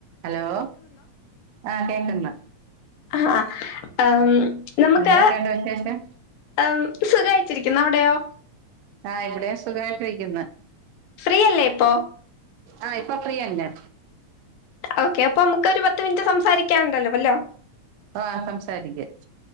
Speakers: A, on the right; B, on the left.
A: Hello ആഹ് കേക്കന്ന്
B: ആഹ് ആഹ് നമുക്ക്
A: എന്തൊക്കെയുണ്ട് വിശേഷം
B: ആഹ് സുഖായിട്ടിരിക്കുന്നു അവിടെയോ
A: ആഹ് ഇവിടേം സുഖമായിട്ടിരിക്കുന്ന്
B: ഫ്രീയല്ലേ ഇപ്പൊ
A: ആഹ് ഇപ്പൊ ഫ്രീയന്നെ
B: ഓക്കെ അപ്പൊ നമ്മക്കൊരു പത്ത് മിനിറ്റ് സംസാരിക്കാനുണ്ടല്ലോ അല്ലോ
A: ആഹ് സംസാരിക്ക.